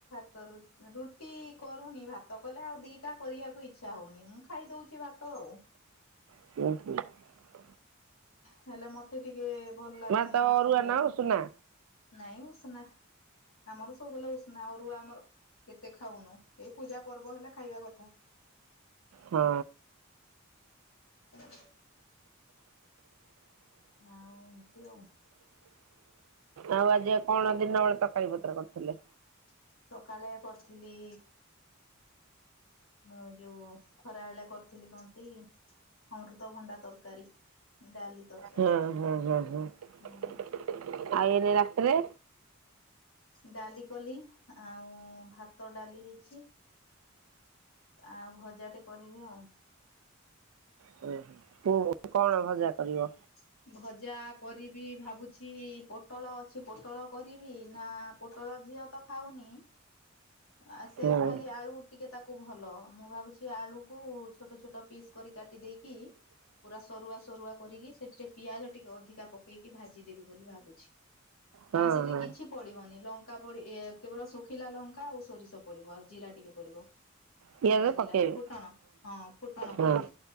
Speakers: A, on the left; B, on the right.
A: ର ରୁଟି କରୁନି ଭାତ କଲେ ଆଉ ଦିଟା କରିବାକୁ ଇଚ୍ଛା ହଉନି ମୁଁ ଖାଇଦଉଛି ଭାତ ଆଉ।
B: <unintelligible>
A: ହେଲେ ମତେ ଟିକେ। ଭଲ ଲାଗୁନି
B: ଭାତ ଅରୁଆ
A: ଖାଇବାକୁ
B: ନା ଉଷୁନା?
A: ନାଇଁ ଉଷୁନା। ଆମର ସବୁବେଳେ ଉଷନା ଅରୁଆ ଆମର କେତେ ଖାଉନୁ। ଏଇ ପୂଜାପର୍ବ ହେଲା ଖାଇବା କଥା।
B: ହଁ
A: ହ ହଁଉ ଏମିତି ଆଉ।
B: ଆଉ ଆଜି ଆଉ କଣ ଦିନବେଳେ ତରକାରୀ ପତ୍ର କରୁଥିଲେ।
A: <unintelligible> ସକାଳେ କରିଥିଲି। ହଁ ଯୋଉ ଖରାବେଳେ କରିଥିଲି କଣତି ଅମୃତଭଣ୍ଡା ତରକାରୀ, ଡାଲି। ତରକାରୀ
B: ହଁ ହଁ ହ
A: ହୁଁ
B: ଆଉ ଏନ ରାତରେ?
A: ଡାଲିି କଲି ଆଉ ଭାତ ଭାତ ଡାଲି ହେଇଛି। ଆଉ ଭଜାଟେ କରିବି ଆଉ।
B: ହୁଁ ହୁଁ। ହୁ କଣ
A: ହୁଁ
B: ଭଜା କରିବ?
A: ଭଜା। କରିବି ଭାବୁଛି ପୋଟଳ ଅଛି ପୋଟଳ କରିବି। ନା ପୋଟଳ ଝିଅ ତ ଖାଉନି। ଆ ସେ
B: ହୁଁ ହଁ
A: ଖାଲି ଆଳୁ ଟିକେ ତାକୁ ଭଲ, ମୁଁ ଭାବୁଛି ଆଳୁକୁ ଛୋଟ ଛୋଟ ପିସ୍ କରି କାଟି ଦେଇକି ପୁରା ସରୁଆ ସରୁଆ। କରିକି ସେଠରେ ପିଆଜ ଟିକେ ଅଧିକା ପକେଇକି ଭାଜିଦେବି ବୋଲି ଭାବୁଛି।
B: ହଁ
A: ମାନେ ସେଠି କିଛି ପଡିବନି ଲଙ୍କା ପଡି ଏ କେବଳ ଶୁଖିଲା ଲଙ୍କା ଆଉ ସୋରିଷ ପଡିବ ଆଉ ଜିରା ଟିକେ ପଡିବ।
B: ପିଆଜ
A: ଗୋଟା ଜିରା
B: ପକେଇବେ
A: ଫୁଟଣ ହଁ ଫୁଟଣ
B: ହଁ।
A: କରିବି